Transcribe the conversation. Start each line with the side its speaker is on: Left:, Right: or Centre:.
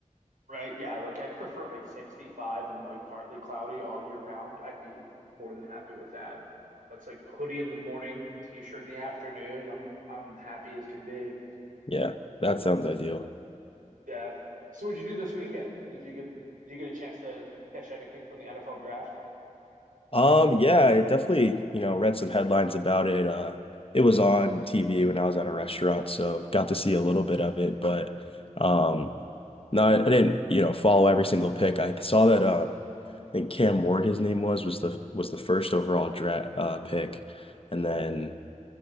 Right: Right? Yeah, like I'd prefer like 65 and like partly cloudy all year round. I'd be more than happy with that. But it's like hoodie in the morning, t-shirt in the afternoon. I'm I'm happy as can be.
Left: Yeah, that sounds ideal.
Right: Yeah. So what'd you do this weekend? Did you get did you get a chance to catch anything from the NFL draft?
Left: Um, yeah, I definitely, you know, read some headlines about it. Uh it was on TV when I was at a restaurant, so got to see a little bit of it, but um no, I I didn't, you know, follow every single pick. I saw that uh I think Cam Ward, his name was, was the was the first overall draft uh, pick, and then